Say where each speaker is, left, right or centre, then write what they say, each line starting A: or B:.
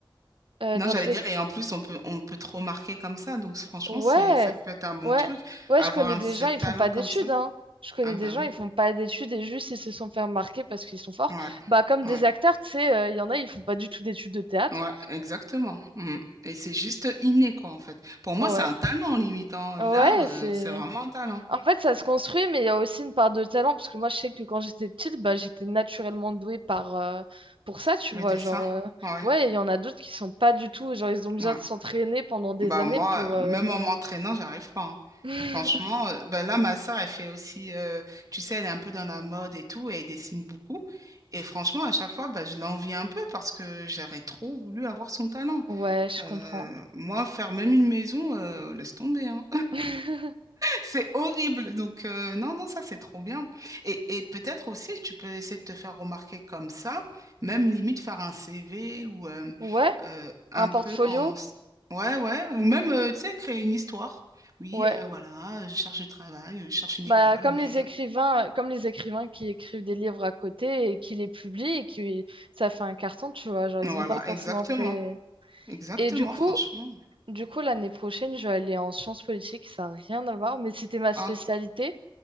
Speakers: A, on the right (about 70°); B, on the right (about 40°).
A: euh,
B: Non,
A: dans
B: j'allais
A: tous les
B: dire, et en plus, on peut, on peut te remarquer comme ça. Donc, franchement,
A: Ouais,
B: c'est, ça peut être un bon
A: ouais,
B: truc,
A: ouais,
B: avoir
A: je connais
B: un
A: des
B: de ces
A: gens, ils
B: talents
A: font pas
B: comme
A: d'études,
B: ça.
A: hein. Je connais
B: Ah, bah
A: des gens,
B: oui.
A: ils font pas d'études et juste ils se sont fait remarquer parce qu'ils sont forts.
B: Ouais.
A: Bah, comme
B: Ouais.
A: des acteurs, tu sais, euh, il y en a, ils font pas du tout d'études de théâtre.
B: Ouais, exactement. Mm. Et c'est juste inné, quoi, en fait. Pour moi,
A: Ouais,
B: c'est un talent, limitant
A: ouais,
B: L'art, euh,
A: c'est.
B: c'est vraiment un talent.
A: En fait, ça se construit, mais il y a aussi une part de talent parce que moi, je sais que quand j'étais petite, bah, j'étais naturellement douée par, euh, pour ça, tu
B: Le
A: vois.
B: dessin.
A: Genre, euh,
B: Ouais.
A: ouais, il y en a d'autres qui sont pas du tout, genre, ils ont besoin
B: Ouais.
A: de s'entraîner pendant des
B: Bah
A: années
B: moi,
A: pour. euh,
B: même en m'entraînant, j'arrive pas. hein.
A: <laughs>
B: Franchement, euh, bah là, ma sœur, elle fait aussi, euh, tu sais, elle est un peu dans la mode et tout, et elle dessine beaucoup. Et franchement, à chaque fois, bah, je l'envie un peu parce que j'aurais trop voulu avoir son talent.
A: Ouais, je
B: Euh,
A: comprends.
B: moi, faire même une maison, euh, laisse tomber, hein.
A: <laughs>
B: C'est horrible. Donc, euh, non, non, ça, c'est trop bien. Et, et peut-être aussi, tu peux essayer de te faire remarquer comme ça, même limite faire un CV ou euh,
A: Ouais,
B: euh, un
A: un portfolio?
B: peu en... Ouais, ouais. Ou même, euh, tu sais, créer une histoire. Oui,
A: Ouais,
B: euh, voilà, je cherche du travail, je cherche une
A: bah,
B: école,
A: comme
B: mais...
A: les écrivains,
B: euh,
A: euh, comme les écrivains qui écrivent des livres à côté et qui les publient et qui ça fait un carton, tu vois, genre ils
B: Voilà,
A: ont pas forcément
B: exactement.
A: fait.
B: Exactement,
A: Et du coup,
B: franchement.
A: du coup l'année prochaine, je vais aller en sciences politiques, ça n'a rien à voir, mais c'était ma spécialité.
B: Ah,